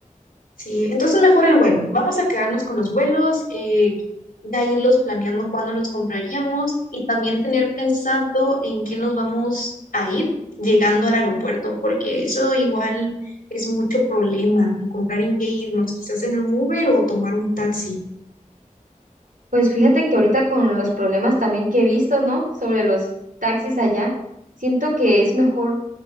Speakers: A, on the left (about 85°); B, on the right (about 70°).
A: Sí, entonces mejor el vuelo. Vamos a quedarnos con los vuelos, eh, ya irlos planeando cuándo los compraríamos y también tener pensado en qué nos vamos a ir llegando al aeropuerto, porque eso igual es mucho problema, encontrar en qué irnos, quizás en un Uber o tomar un taxi.
B: Pues fíjate que ahorita con los problemas también que he visto, ¿no? Sobre los taxis allá, siento que es mejor